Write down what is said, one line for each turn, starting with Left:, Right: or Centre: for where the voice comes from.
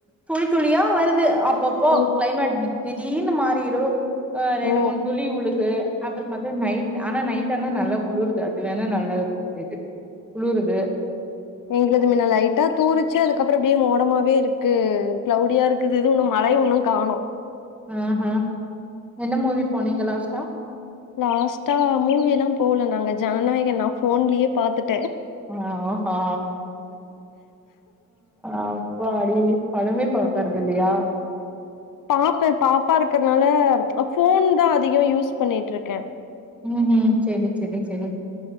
Centre: துளி துளியா வருது அப்பப்போ
Left: ஓ
Centre: கிளைமேட் திடீர்னு மாறிரு ஆ ரெண்டு
Left: ஓ
Centre: மூண் துளி விழுகு அப்றோ பாத்த நைட் ஆனா நைட் ஆனா நல்லா குளிருது அது வேணா நல்லா தெது குளிருது
Left: எங்களதுல லைட்டா தூருச்சு அதுக்கப்றோ அப்படியே மோடமாவே இருக்கு கிளவுடியா இருக்குது இது இன்னும் மழைக இன்னும் காணோம்
Centre: ம்ம்ஹு என்னா மூவி போனீங்க லாஸ்ட்டா
Left: லாஸ்ட்டா மூவி எல்லா போகல நாங்க ஜனநாயகன் நா போன்லயே பாத்துட்
Centre: ஆ ஹா அப்பாடி படமே பாக்கறது இல்லயா
Left: பாப்பேன் பாப்பா இருக்கிறதுனால போன் தா அதிகோ யூஸ் பண்ணிட்டு இருக்கே
Centre: உம் ஹும் செரி செரி செரி